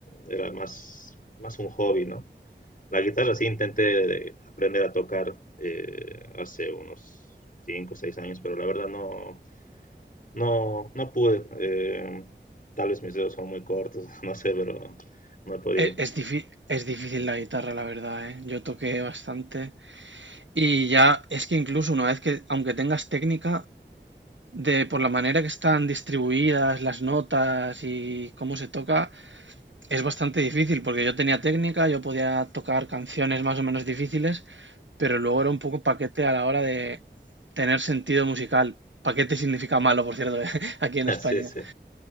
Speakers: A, on the left; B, on the right.
A: era más, más un hobby, ¿no? La guitarra sí intenté aprender a tocar eh, hace unos 5 o 6 años, pero la verdad no, no, no pude. Eh, tal vez mis dedos son muy cortos, <laughs> no sé, pero no he podido.
B: E-
A: <laughs>
B: Es, difí- es difícil la guitarra, la verdad, ¿eh? Yo toqué bastante y ya es que incluso una vez que, aunque tengas técnica, de por la manera que están distribuidas las notas y cómo se toca, es bastante difícil porque yo tenía técnica, yo podía tocar canciones más o menos difíciles, pero luego era un poco paquete a la hora de tener sentido musical. Paquete significa malo, por cierto, <laughs> aquí en España.
A: Sí, sí.